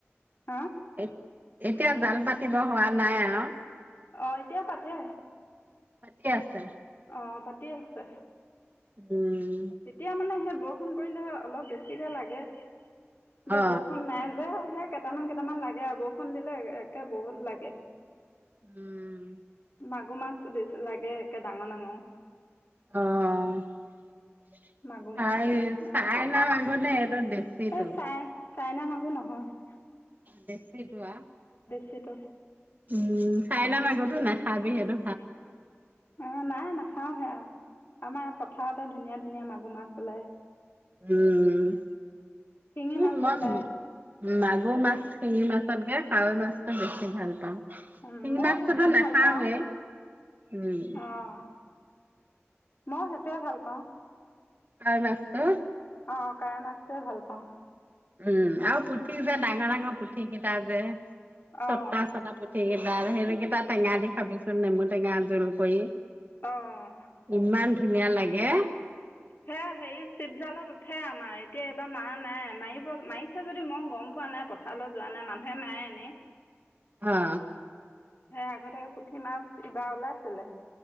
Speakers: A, on the left (about 55°); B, on the right (about 40°).
A: হম্।
B: এ এতিয়া জাল পাতিব হোৱা নাই আৰু
A: অ এতিয়া পাতে।
B: <unintelligible> আছে
A: আহ পাতিয়ে আছে।
B: উম
A: তেতিয়া মানে হে ব বৰষুণ পৰিলে অলপ বেছিকে লাগে। এতিয়া
B: অ
A: বৰষুণ নাই যে হে কেইটামান কেইটামান লাগে আৰু বৰষুণ দিলে একে বহুত লাগে। মাক
B: উম
A: মাগুৰ মাছ, বেছি লাগে একে ডাঙৰ -ডাঙৰ
B: অহ ', <unintelligible>
A: মাগুৰ মাছ শিঙি
B: <unintelligible>
A: মাছ
B: এ, দেছিটো।
A: এই চাই চাইনা মাগুৰ নহয়।
B: <unintelligible> কিটোৱা।
A: চিটো।
B: উম', চাই লম আগতো নাখাবি হেতু।
A: অ ', নাই নাখাও সেয়া আমাৰ পথাৰতে ধুনীয়া, ধুনীয়া মাগুৰ -মাছ ওলায়।
B: উম',
A: শিঙি
B: উম,
A: মাছো
B: মম
A: ওলায়
B: মাগুৰ মাছ, শিঙি মাছত গে কাৱৈ মাছতো, বেছি ভাল পাওঁ।
A: উম',
B: শিঙি
A: মই
B: মাছটোতো
A: সেইটোয়ে
B: নাখাওৱে
A: ভাল পাওঁ।
B: উম
A: অহ ', মই সেইটোৱে ভাল পাওঁ।
B: কাৱৈ মাছটো।
A: অ', কাৱৈ মাছটোৱে ভাল পাওঁ।
B: উম', আৰু পুঠি যে ডাঙৰ -ডাঙৰ পুঠি কেইটা যে,
A: অঁ
B: ছটা- ছটা পুঠি, তাৰ সেকেইটা টেঙা দি খাবিচোন নেমু টেঙা জোল কৰি।
A: অহ ',
B: ইমান ধুনীয়া লাগে।
A: সেয়া হেৰি চিটজালত উঠে আমাৰ এতিয়া এইবাৰ মাৰা নাই, মাৰিব, মাৰিছে যদি মই গম পোৱা নাই পথাৰত যোৱা নাই মানুহে মাৰে এনে,
B: হা,
A: সেই আগতে পুঠি মাছ ইবাৰ ওলাইছিলে।